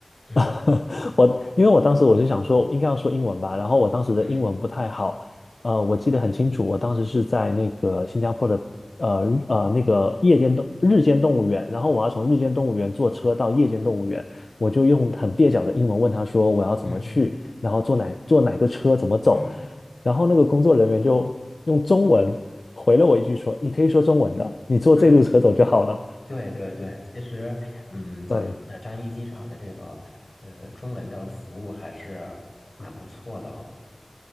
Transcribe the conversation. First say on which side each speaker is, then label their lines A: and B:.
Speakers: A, on the left; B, on the left.
A: 嗯
B: <laughs> 我因为我当时我是想说应该要说英文吧，然后我当时的英文不太好，
A: 嗯
B: 呃，我记得很清楚，我当时是在那个新加坡的呃呃那个夜间动日间动物园，然后我要从日间动物园坐车到夜间动物园，我就用很蹩脚的英文问他说我要怎么去，
A: 嗯
B: 然后坐哪坐哪个车怎么走，
A: 嗯
B: 然后那个工作人员就用中文回了我一句说你可以说中文的，你坐这路车走就好了，
A: 嗯，对对对，其实，嗯，怎么说呢？
B: <laughs> 对。
A: 樟宜机场的这个，呃，中文的服务还是蛮不错的。